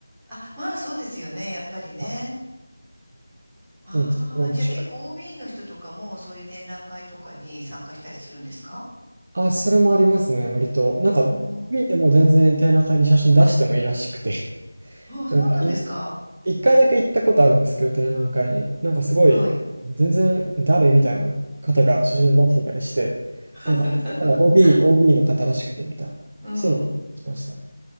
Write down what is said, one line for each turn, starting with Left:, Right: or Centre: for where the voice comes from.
Centre: あ、まあそうですよね。やっぱりね。
Right: は
Centre: ああ、
Right: い。なんでそこが面白い。
Centre: じゃあ結構 OB の人とかもそういう展覧会とかに参加したりするんですか
Right: あ、それもありますね、割と。なんか、
Centre: うー
Right: OB
Centre: ん。
Right: でも全然展覧会に写真出してもいいらしくて。<laughs>
Centre: あ、そうなんですか。
Right: なんか、い1回だけ行ったことあるんですけど、展覧会に。なんかすごい、
Centre: はい。
Right: 全然誰みたいな方が写真出してたりして、
Centre: <laughs>
Right: なんか聞いたら OB、OB の方らしくてみたいな、
Centre: うん。
Right: そういうのしましたね。